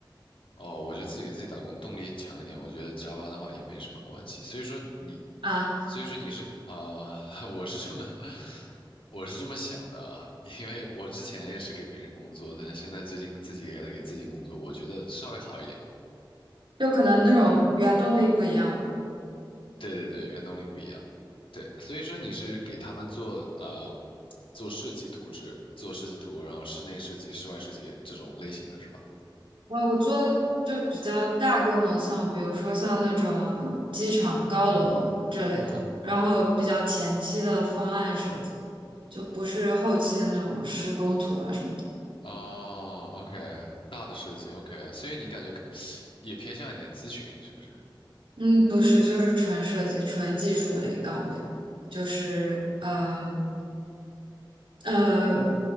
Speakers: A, on the left; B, on the right.
A: 哦，我觉得自己给自己打工动力强一点，我觉得加班的话也没什么关系。所以说你，
B: 啊，
A: 所以说你是啊、<laughs> 我是这么，我是这么想的啊，因为我之前也是给别人工作，但是现在最近自己也在给自己工作，我觉得稍微好一点。
B: 就可能那种原动力不一样吧。
A: 对对对，原动力不一样。对，所以说你是给他们做啊、呃做设计图纸，做设计图，然后室内设计、室外设计这种类型的是吧？
B: 我我做就比较大规模像比如说像那种机场高楼这类的，
A: 啊，
B: 然后比较前期的方案设计，就不是后期的那种施工图啊什么的。
A: 哦，OK，大的设计，OK，所以你感觉更也偏向一点咨询，是不是？
B: 嗯，不是，就是纯设计、纯技术类岗位，就是嗯呃，